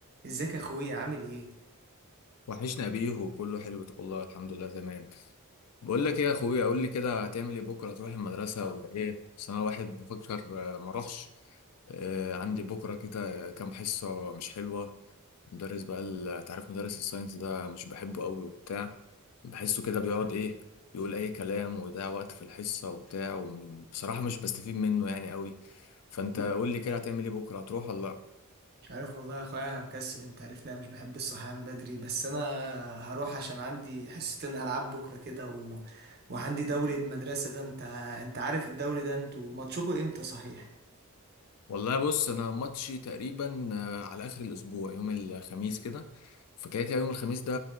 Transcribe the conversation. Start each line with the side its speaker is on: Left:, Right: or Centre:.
Right: ازيك يا اخويا عامل ايه
Left: وحشنا بيه وكله حلو والله الحمد لله تمام بقول لك ايه يا اخويا قول لي كده هتعمل ايه بكره هتروح المدرسه ولا ايه بس انا واحد بفكر آه، ما اروحش آه، عندي بكره كده كام حصه مش حلوه مدرس بقى ال- تعرف مدرس الساينس ده مش بحبه قوي وبتاع بحسه كده بيقعد ايه يقول اي كلام ويضيع وقت في الحصه وبتاع وبصراحه مش بستفيد منه يعني قوي فانت قول لي كده هتعمل ايه بكره هتروح ولا لا
Right: مش عارف والله يا اخويا أنا مكسل انت عارفني انا مش بحب الصحيان بدري بس انا هروح عشان عندي حصتين العاب بكره كده و... وعندي دوري المدرسه ده انت انت عارف الدوري ده انتوا ماتشكوا امتى صحيح
Left: والله بص انا ماتشي تقريبا آه، على اخر الاسبوع يوم الخميس كده فكده كده يوم الخميس ده